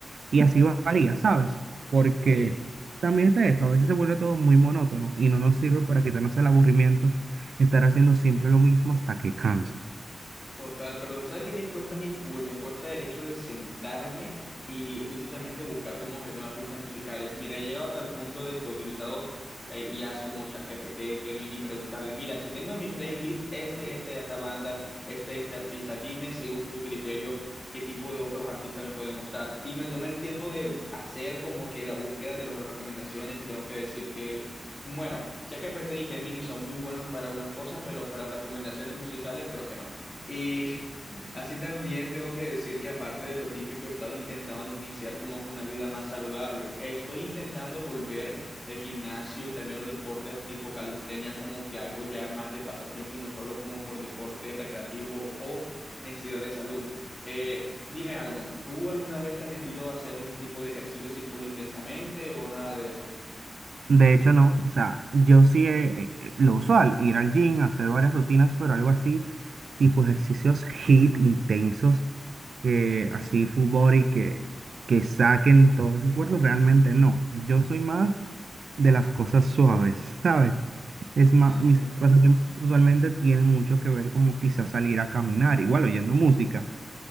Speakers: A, on the right; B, on the left.
A: Y así va- varía, ¿sabes? Porque
B: Sí.
A: también está eso, a veces se vuelve todo muy monótono y no nos sirve para quitarnos el aburrimiento estar haciendo siempre lo mismo hasta que canse.
B: Total, pero tú sabes que me cuesta mi full, me cuesta el hecho de sentarme y juiciosamente buscar como que nuevas pistas musicales. Mira, he llegado a tal punto de que he utilizado eh, IAs como ChatGPT, Gemini, preguntarle, mira, si tengo en mi playlist este, este, esta banda, este, este artista, dime según tu criterio qué tipo de otros artistas me pueden gustar. Y me tomé el tiempo de hacer como que la búsqueda de las recomendaciones y tengo que decir que... Bueno, ChatGPT y Gemini son muy buenos para unas cosas, pero para recomendaciones musicales creo que no. Y así también tengo que decir que aparte de lo típico, he estado intentando iniciar como una vida más saludable. Estoy intentando volver el gimnasio y también los deportes tipo calistenia como que algo ya más de pasatiempo y no solo como por deporte recreativo o necesidad de salud. Eh, dime algo, ¿tú alguna vez te has metido a hacer un tipo de ejercicio así full intensamente o nada de eso?
A: De hecho, no. O sea, yo sí eh, eh, lo usual, ir al gym, hacer varias rutinas, pero algo así, tipo ejercicios HIIT intensos, que así full body, que, que saquen todos esos cuerpos, realmente no. Yo soy más de las cosas suaves, <laughs> ¿sabes? Es más,
B: Entiendo.
A: mis pasatiempos usualmente tienen mucho que ver como quizás salir a caminar, igual oyendo música,